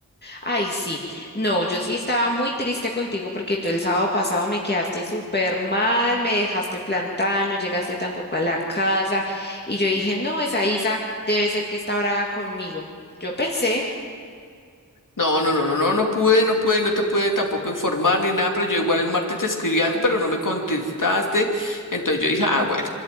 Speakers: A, on the left; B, on the left.
A: Ay, sí, no, yo sí estaba muy triste contigo porque tú el sábado pasado me quedaste súper mal, me dejaste plantada, no llegaste tampoco a la casa y yo dije, no, esa Isa debe ser que está brava conmigo. Yo pensé,
B: No, no, no, no, no, no pude, no pude, y no te pude tampoco informar ni nada, pero yo igual el martes te escribí algo, pero no me contestaste. Entonces yo dije, ah, bueno,